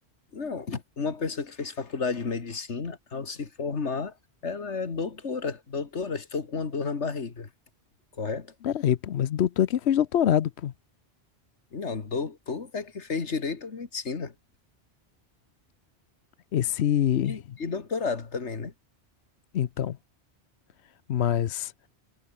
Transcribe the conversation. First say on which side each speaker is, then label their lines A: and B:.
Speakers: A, on the left (about 90°); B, on the left (about 75°).
A: Não, uma pessoa que fez faculdade de medicina, ao se formar, ela é doutora. Doutora, estou com uma dor na barriga, correto?
B: Pera aí, pô, mas doutor é quem fez doutorado, pô.
A: Não, doutor é que fez direito à medicina.
B: Esse.
A: E, e doutorado também, né?
B: Então, mas